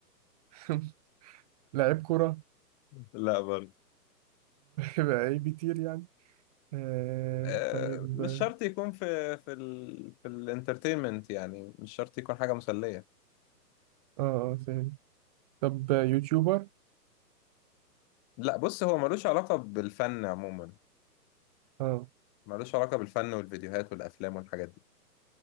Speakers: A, on the right; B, on the left.
A: <laughs> لاعب كرة
B: لا برضه
A: لعيب كتير يعني آه
B: آه،
A: طيب
B: مش
A: اه
B: شرط يكون في في ال في الانترتينمنت يعني مش شرط يكون حاجة مسلية
A: اه فاهم طب آه، يوتيوبر
B: لا بص هو ملوش علاقة بالفن عموما
A: اه
B: ملوش علاقة بالفن والفيديوهات والأفلام والحاجات دي